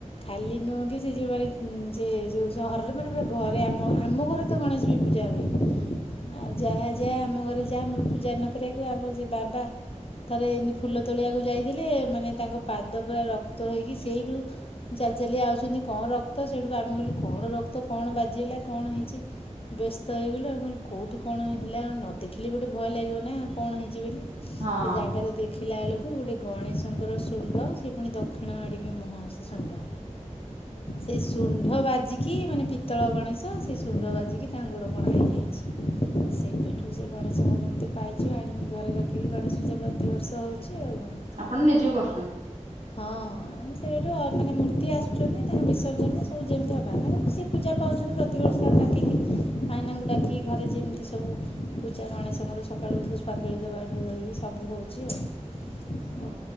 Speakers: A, on the left; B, on the right.
A: ଖାଲି ନୁହେଁ କି ସେ ଯେଉଁ ମାନେ ଯେ ଯୋଉ ସହରରେ ମାନେ ପୁରା ଘରେ ଆମ ଆମ ଘରେ ତ ଗଣେଶ ବି ପୂଜା ହୁଏ। ଆଉ ଯାହା ଯାହା ଆମ ଘରେ ଯାହା ପୂଜା ନ କରିବାକୁ ଆମର ସେ ବାବା। ଥରେ ଏମିତି ଫୁଲ ତୋଳିବାକୁ ଯାଇଥିଲେ ମାନେ ତାଙ୍କ ପାଦ ପୁରା ରକ୍ତ ହେଇକି ସେଇଠୁ ଚାଲି ଆ ଚାାଲି ଆଉଛନ୍ତି କଣ ରକ୍ତ ସେଠୁ ଆମେ କହିଲୁ କଣ ରକ୍ତ କଣ ବାଜିଗଲା। କଣ ହେଇଛି ବ୍ୟସ୍ତ ହେଇଗଲେ ଆଉ କହିଲେ କଉଠି କଣ ହେଲା କଣ ନ ଦେଖିଲି ଗୋଟେ ଭୟ ଲାଗିବ ନା କଣ କଣ ହେଇଛି ବୋଲି
B: ହଁ
A: ସେ ଜାଗାରେ ଦେଖିଲା ବେଳକୁ କ ଗୋଟେ ଗଣେଶଙ୍କର ଶଣ୍ଣ୍ଡ ସେ ପୁଣି ଦକ୍ଷିଣ ଆଡ଼ିକି ମୁହଁ ସେ ଶଣ୍ଢ। ସେ ଶଣ୍ଢ ବାଜିକି ମାନେ ପିତ୍ତଳ ଗଣେଶ ତ ସେ ସୁଣ୍ଡ ବାଜିକି ତା ଗୋଡ଼ ପଣା ହେଇଯାଇଛି ଆଉ ସେ ପଠୁ ସେ ଗଣେଶଙ୍କ ମୂର୍ତ୍ତି ପାଇଛ ଆଣିକି ଘରେ ରଖିକି ଗଣେଶ ପୂଜା ପ୍ରତିିବର୍ଷ ହଉଛି ଆଉ କଣ।
B: ଆପଣ ନିଜେ କରୁ
A: ହଁ ହଁ। ହଁ ସେଠୁ ମାନେ ମୂର୍ତ୍ତି ଆସୁଛନ୍ତି ତାଙ୍କ ବିସର୍ଜନ ସବୁ ଯେମିତି ହବା ତାଙ୍କ ସିଏ ପୂଜା ପାଉଛନ୍ତି। ଛନ୍ତି ପ୍ରତିବର୍ଷ ଡାକିକି ମାଇନାଙ୍କୁ ଡାକିକି ଘରେ ଯେମିତି ସବୁ ପୂଜା ଗଣେଶଙ୍କର ସକାଳୁ ପୁଷ୍ପାଞ୍ଜଳି ଦେବାଠୁ ଧକି ସବୁ ହେଉଛି ଆଉ।
B: ହଁ।